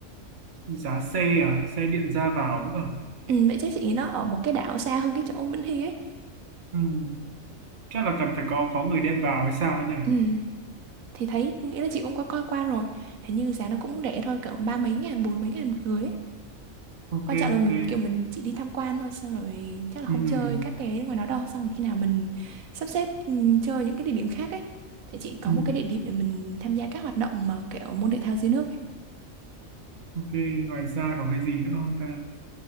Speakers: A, on the right; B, on the right.
A: Giá xe à, xe điện ra vào nữa. à?
B: Ừm, vậy chắc chị nghĩ nó ở một cái đảo xa hơn cái chỗ Vĩnh Hy ấy.
A: Ừ, chắc là cần phải có có người đem vào hay sao ấy nhỉ?
B: Ừm, thì thấy, nghĩ là chị cũng có coi qua rồi. Hình như giá nó cũng rẻ thôi, cỡ ba mấy ngàn, bốn mấy ngàn một người ấy.
A: Ok
B: Quan trọng là
A: ok.
B: mình- kiểu mình chỉ đi tham quan thôi, xong rồi chắc là
A: Ừ,
B: không chơi
A: ừ,
B: các cái ngoài đó đâu. Xong rồi khi nào mình sắp xếp ừm, chơi những cái địa điểm khác ấy. Thì chị có
A: ừ.
B: một cái địa điểm để mình tham gia các hoạt động mà kiểu môn thể thao dưới nước ấy.
A: Ok, ngoài ra có cái gì nữa không ta?